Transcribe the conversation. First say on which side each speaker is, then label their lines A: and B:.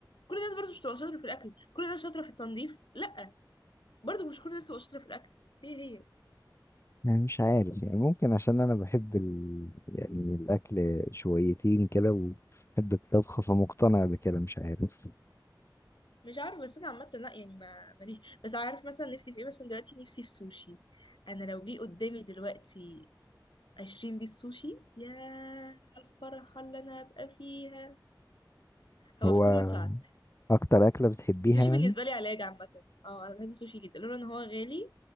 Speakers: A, on the left (about 85°); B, on the left (about 35°).
A: كل الناس برضه مش بتبقى شاطرة في الأكل كل الناس شاطرة في التنظيف لا برضه مش كل الناس شاطره في الاكل هي هي
B: يعني مش عارف يعني ممكن عشان انا بحب ال... يعني الاكل شويتين كده وبحب الطبخ فمقتنع بكده مش عارف
A: مش عارفه بس انا عامه لا يعني ما ماليش بس عارف مثلا نفسي في ايه مثلا دلوقتي نفسي في سوشي انا لو جه قدامي دلوقتي 20 بيس سوشي يا على الفرحه اللي انا هبقى فيها هبقى
B: هو
A: في قمه سعادتي
B: اكتر اكلة بتحبيها
A: السوشي
B: يعني
A: بالنسبه لي علاج عامه اه انا بحب السوشي جدا لولا ان هو غالي